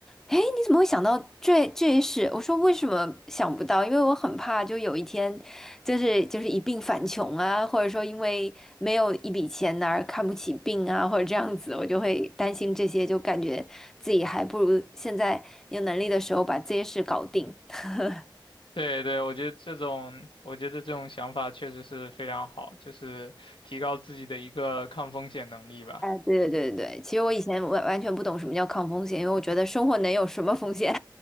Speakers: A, in the centre; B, on the left.
A: 哎，你怎么会想到这这些事？我说为什么想不到？因为我很怕，就有一天，就是就是一病返穷啊，或者说因为没有一笔钱而看不起病啊，或者这样子，我就会担心这些，就感觉自己还不如现在有能力的时候把这些事搞定。<laughs>
B: 对对，我觉得这种，我觉得这种想法确实是非常好，就是提高自己的一个抗风险能力吧。
A: 对对对对对，其实我以前完完全不懂什么叫抗风险，因为我觉得生活能有什么风险？